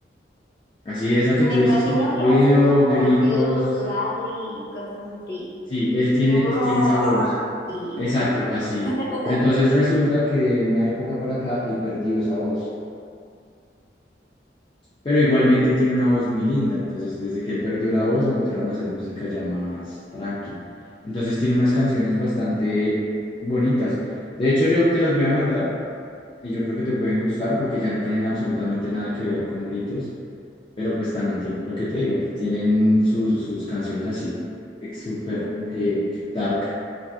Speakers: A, on the left; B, on the left.
A: Así esa que
B: Me
A: tú
B: imagino
A: dices que es ruido,
B: que hacen como
A: gritos.
B: ruido gutural y cosas así.
A: Sí, él tiene,
B: Roar
A: él tiene esa voz.
B: y
A: Exacto,
B: gruñe.
A: así.
B: <laughs>
A: Pero entonces resulta que de una época para acá él perdió esa voz. Pero igualmente tiene una voz muy linda. Entonces, desde que él perdió la voz, empezaron a hacer música ya más tranqui. Entonces tiene unas canciones bastante bonitas. De hecho, yo te las voy a mandar y yo creo que te pueden gustar porque ya no tienen absolutamente nada que ver con gritos. pero pues también tienen lo que te digo, tienen sus, sus canciones así, ex- súper
B: Mm,
A: eh, dark.